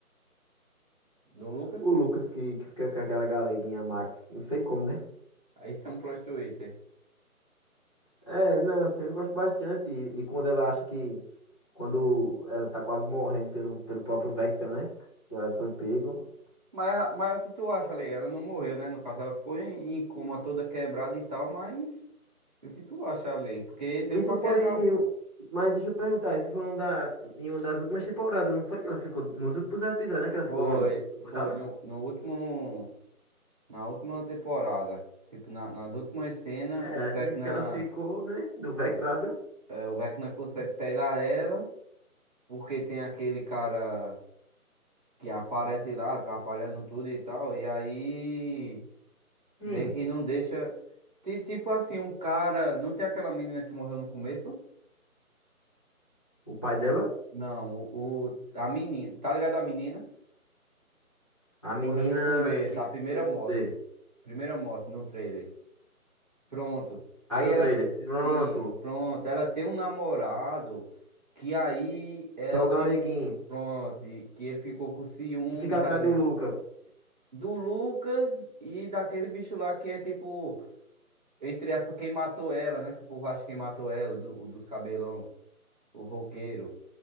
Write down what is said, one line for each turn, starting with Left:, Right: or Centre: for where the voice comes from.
Right: Do Lucas?
Left: O Lucas que, que fica com aquela galeguinha Max. Não sei como, né?
Right: Aí são plot twist. é.
Left: É, não, assim, eu gosto bastante. E, e quando ela acha que. Quando ela tá quase morrendo pelo, pelo próprio Vector, né? Que ela foi pego.
Right: Mas, mas o que tu acha, Lei? Ela não morreu, né? No caso, ela ficou em, em coma toda quebrada e tal, mas. E o que tu acha, Lei? Porque deu
Left: Isso
Right: pra
Left: foi.
Right: quebrar algum.
Left: um, Mas deixa eu perguntar, isso foi um da, em uma das últimas temporadas, não foi? Que ela ficou. Nos últimos episódios, né? Que ela
Right: Foi,
Left: ficou. Coisada?
Right: foi. No, no último. Na última temporada. Tipo, na- nas últimas cenas,
Left: É,
Right: o Vecna.
Left: nisso que ela ficou, né? Do Vectrado.
Right: o, É, o Vecna consegue pegar ela, porque tem aquele cara que aparece lá atrapalhando tudo e tal, e aí
Left: Quem?
Right: meio que não deixa. ti- Tipo assim, um cara. Não tem aquela menina que morreu no começo?
Left: O pai dela?
Right: Não, o, o- a menina. Tá ligado a menina?
Left: A
Right: Que
Left: menina
Right: morreu no começo,
Left: que
Right: a
Left: fica
Right: primeira
Left: dos
Right: morte.
Left: poderes.
Right: Primeira morte no trailer. Pronto.
Left: A
Right: Aí
Left: do
Right: ela,
Left: trailer. Pronto.
Right: sim, pronto. Ela tem um namorado que aí ela
Left: Que é o
Right: fica.
Left: Galeguinho.
Right: Pronto, e que ele ficou com ciúmes,
Left: Que fica atrás
Right: assim,
Left: do Lucas.
Right: do Lucas e daquele bicho lá que é tipo, entre aspas, quem matou ela, né? Que o povo acha que quem matou ela, do, o dos cabelão, o roqueiro.